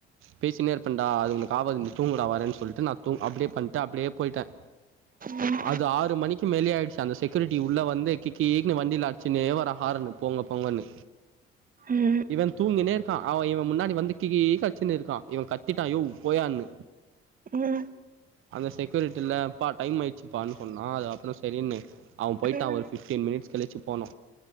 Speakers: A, on the right; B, on the right.
A: பேசினே இருப்பன்டா அது உனக்கு ஆவாது நீ தூங்குடா வரேன் சொல்ட்டு நா தூ அப்டியே பண்ட்டு அப்டியே போயிட்டே
B: உம்
A: அது ஆறு மணிக்கு மேலே ஆயிடுச்சு அந்த செக்யூரிட்டி உள்ள வந்து கி கினு வண்டியில ஆடிச்சுன்னே வரா ஹாரணு போங்க போங்கன்னு
B: ம்
A: இவன் தூங்கினே இருக்கா அவா இவன் முன்னாடி வந்து கீகீனு அடிச்சின்னு இருக்கா இவன் கத்திட்டா யோவ் போயான்னு
B: ம்
A: அந்த செக்யூரிட்டில்ல ப்பா டைம் ஆய் வச்சுப்பான்னு சொன்னா அது அப்புறம் செரின்னு அவன் போய்ட்டா
B: ம்
A: ஒரு ஃபிஃப்டீன் மினிட்ஸ் கழிச்சு போனோ